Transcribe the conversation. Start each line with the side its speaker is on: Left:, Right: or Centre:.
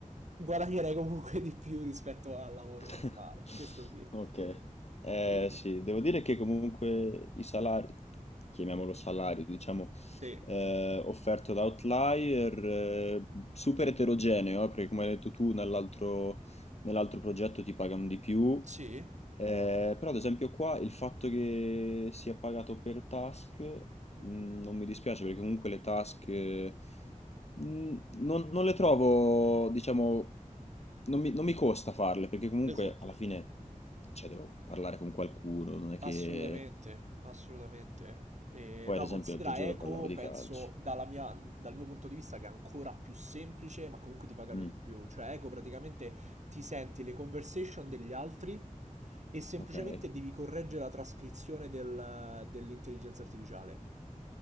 Right: guadagnerei comunque di più rispetto al lavoro
Left: <laughs>
Right: normale. Questo sì.
Left: Ok, eh,
Right: E-
Left: sì, devo dire che comunque i salari, chiamiamolo salario, diciamo,
Right: Sì.
Left: eh, offerto da Outlier, eh, super eterogeneo, eh, perché come hai detto tu, nell'altro nell'altro progetto ti pagano di più,
Right: Sì?
Left: eh, però ad esempio qua il fatto che sia pagato per task
Right: Mm-mm.
Left: Mm, Non mi dispiace perché comunque le task eh, mm, non, non le trovo, diciamo, non mi, non mi costa farle perché comunque
Right: Esatto.
Left: alla fine cioè, devo parlare con qualcuno, non è che...
Right: Assolutamente, assolutamente. E
Left: Poi
Right: no,
Left: ad esempio
Right: considera
Left: l'altro giorno
Right: Eco,
Left: parlavo di
Right: penso
Left: calcio.
Right: dalla mia- dal mio punto di vista che è ancora più semplice, ma comunque ti pagano
Left: Mm,
Right: di più. Cioè, Eco praticamente ti senti le conversation degli altri e semplicemente
Left: ok.
Right: devi correggere la trascrizione del- dell'intelligenza artificiale.